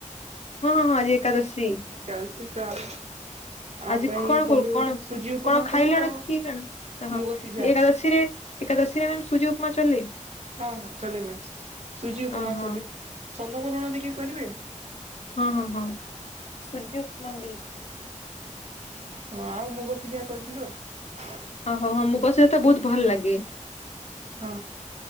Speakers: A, on the left; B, on the right.
A: ହଁ ହଁ ହଁ ଆଜି ଏକାଦଶୀ
B: ଏକାଦଶୀ ତ ଆମ ଆମ
A: ଆଜି
B: ପାଇଁ
A: କଣ କ
B: କଲୁ
A: କଣ
B: ସୁଜି ଉପମା
A: କଣ ଖାଇଲଣି
B: କଲୁ ଆଉ
A: ପିଇଲଣି ଆଚ୍ଛା ହଁ
B: ମୁଗ ସିଝା।
A: ଏକାଦଶୀରେ ଏକାଦଶୀରେ ମ୍ୟାମ୍ ସୁଜି ଉପମା ଚଲେ
B: ହଁ ହଁ ଚଲେଇମେ ସୁଜି ଉପମା
A: ଓହୋ
B: ଚଲେ ସନ୍ଦ କରୁଣ ଟିକେ କରିବେ?
A: ହଁ ହଁ ହଁ ସୁଜି ଉପମା କରିବି ।
B: ହଁ ଆଉ ମୁଁ କହୁ ଯାହା କରିଥିଲୁ ଆଉ
A: ଓହୋ ହଁ ମୁଗ ସିଝା ଟା ବହୁତ ଭଲ ଲାଗେ।
B: ହଁ